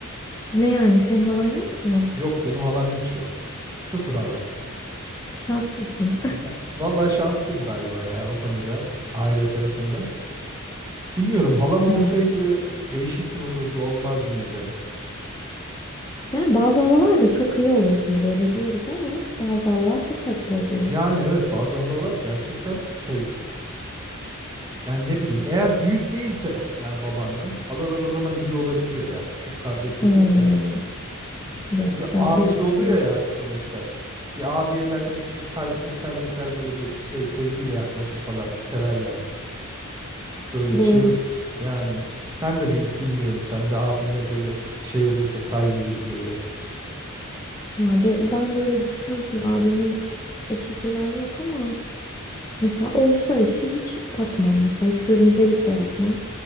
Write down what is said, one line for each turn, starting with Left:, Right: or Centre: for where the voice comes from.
Left: Ne yani senin halan yok mu?
Right: Yok benim halam hiç yok. Sıfır hala.
Left: Şanslısın.
Right: Ya, vallahi şanslıyım galiba ya o konuda. Aile tarafında. Bilmiyorum halam
Left: Ya.
Right: olsaydı değişik mi olurdu olmaz mıydı?
Left: Yani bazı halalar da çok iyi oluyor şimdi böyle diyoruz ama bazı halalar çok tatlı oluyor.
Right: Yani evet bazı halalar gerçekten şey. Yani ne bileyim eğer büyük değilse yani babandan halalar o zaman iyi olabiliyor ya. Küçük kardeş
Left: Hmm,
Right: oluyorsa. Ya.
Left: yok
Right: Çünkü
Left: bende
Right: abisi
Left: hepsi
Right: oluyor
Left: büyük.
Right: yani sonuçta. Bir abiye zaten küçük kar- kız kardeşler böyle bir şey sevgiyle yaklaşır falan severler. böyle
Left: Doğru.
Right: şey ol yani sen de bil- bilmiyorum sen de abinle böyle şey olursa saygı gibi böyle
Left: Ya be- ben böyle düşünüyorum şimdi abimin eşi falan yok ama mesela olsa eşi hiç takmam mesela hiç görümcelik de yapmam.